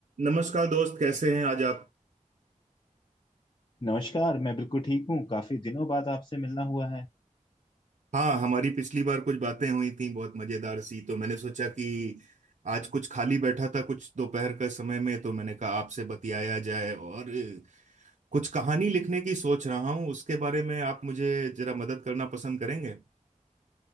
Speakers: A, on the right; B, on the left.
A: नमस्कार दोस्त कैसे हैं आज आप
B: नमस्कार मैं बिल्कुल ठीक हूँ काफी दिनों बाद आपसे मिलना हुआ है
A: हाँ हमारी पिछली बार कुछ बातें हुई थी बहुत मजेदार सी तो मैंने सोचा कि आज कुछ खाली बैठा था कुछ दोपहर के समय में तो मैंने कहा आपसे बतियाया जाए और अ, कुछ कहानी लिखने की सोच रहा हूँ उसके बारे में आप मुझे जरा मदद करना पसंद करेंगे